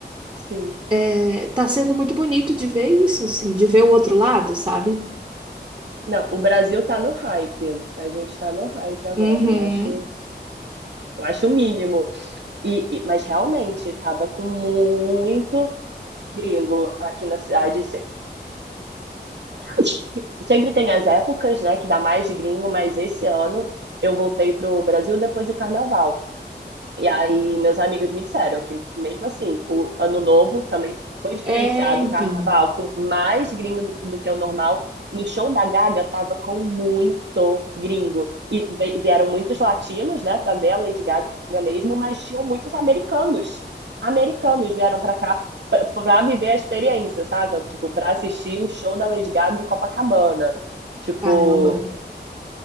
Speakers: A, on the right; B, on the right.
A: sim.
B: é, tá sendo muito bonito de ver isso, assim, de ver o outro lado, sabe?
A: Não, o Brasil tá no hype. A gente tá no hype agora,
B: Uhum.
A: eu acho. Eu acho o mínimo. E, e- mas realmente, tava com muito gringo aqui na cidade. Se- <coughs> Sempre tem as épocas, né, que dá mais gringo, mas esse ano eu voltei pro Brasil depois do carnaval. E aí, meus amigos me disseram que, mesmo assim, o Ano Novo também foi diferenciado,
B: É, então.
A: o Carnaval com mais gringo do, do que o normal. No show da Gaga, tava com muito gringo. E ve- vieram muitos latinos, né, pra ver a Lady Gaga mesmo, mas tinham muitos americanos. Americanos vieram pra cá pra, pra viver a experiência, saca? Tipo, pra assistir um show da Lady Gaga em Copacabana. Tipo.
B: Caramba.